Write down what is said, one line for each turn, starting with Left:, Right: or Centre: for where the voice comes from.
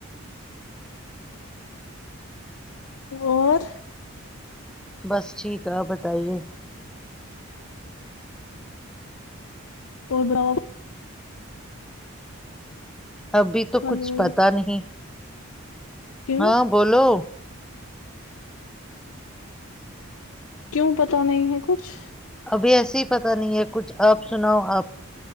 Left: اور
Centre: بس ٹھیک ہے آپ بتائیے
Left: اور بڑوا
Centre: ابھی تو
Left: ہلو
Centre: کچھ پتا نہیں
Left: کیوں
Centre: ہاں بولو
Left: کیوں پتا نہیں ہے کچھ
Centre: ابھی ایسے ہی پتہ نہیں ہے کچھ آپ سناؤ آپ